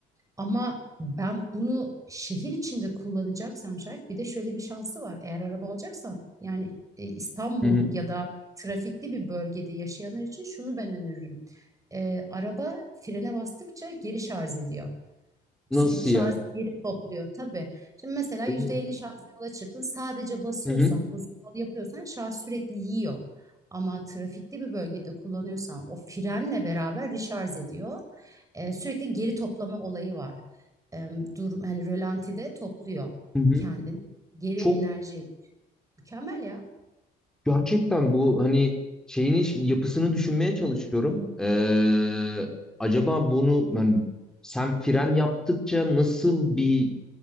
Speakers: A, on the right; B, in the centre.
A: Ama ben bunu şehir içinde kullanacaksam şayet bir de şöyle bir şansı var. Eğer araba alacaksan yani e, İstanbul
B: hı hı.
A: ya da trafikli bir bölgede yaşayanlar için şunu ben öneririm. E, araba frene bastıkça geri şarj ediyor.
B: Nasıl
A: Sürekli şarjı
B: ya?
A: geri topluyor tabii. Şimdi mesela
B: Hı
A: %50
B: hı,
A: şarjla yola çıktın. Sadece basıyorsan,
B: hı hı.
A: uzun yol yapıyorsan şarj sürekli yiyor. Ama trafikli bir bölgede kullanıyorsan o frenle beraber recharge ediyor. Ee, sürekli geri toplama olayı var. Ee, dur, hani rölantide topluyor
B: Hı hı.
A: kendini. Geri
B: Çok
A: enerji. Mükemmel ya.
B: Gerçekten bu hani şeyin iş- yapısını düşünmeye çalışıyorum. Ee, acaba bunu ben sen fren yaptıkça nasıl bir,